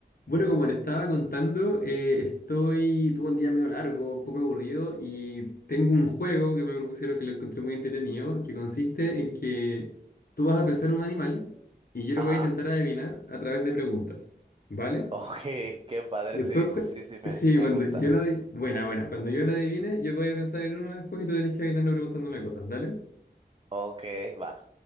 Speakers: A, on the left; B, on the right.
A: Bueno, como te estaba contando, eh, estoy, tuve un día medio largo, un poco aburrido y tengo un juego que me propusieron que lo encontré muy entretenido, que consiste en que tú vas a pensar en un animal y yo lo
B: Ajá.
A: voy a intentar
B: <laughs>
A: adivinar a través de preguntas, ¿vale?
B: Ok, qué padre,
A: Después,
B: sí,
A: cu-
B: sí, sí, sí, me,
A: sí,
B: me
A: cuando
B: gusta.
A: yo lo adivine, buena, buena, cuando yo lo adivine, yo voy a pensar en uno después y tú tenés que adivinarlo preguntándome cosas, ¿dale?
B: Ok, va.